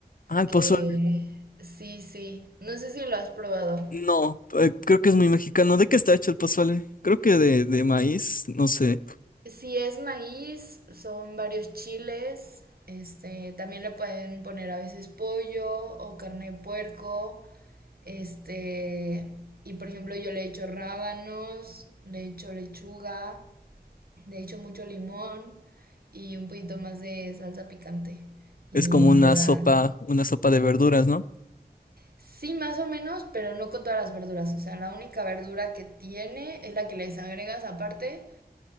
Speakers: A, on the left; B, on the right.
A: Ah, el
B: Que
A: pozole.
B: sí, sí. No sé si lo has probado.
A: No, eh, creo que es muy mexicano. ¿De qué está hecho el pozole? Creo que de, de maíz, no sé.
B: Si es maíz, son varios chiles. Este, también le pueden poner a veces pollo o carne de puerco. Este, y por ejemplo, yo le echo rábanos, le echo lechuga, le echo mucho limón y un poquito más de salsa picante. Y
A: Es como una
B: queda,
A: sopa, una sopa de verduras, ¿no?
B: sí, más o menos, pero no con todas las verduras. O sea, la única verdura que tiene es la que les agregas aparte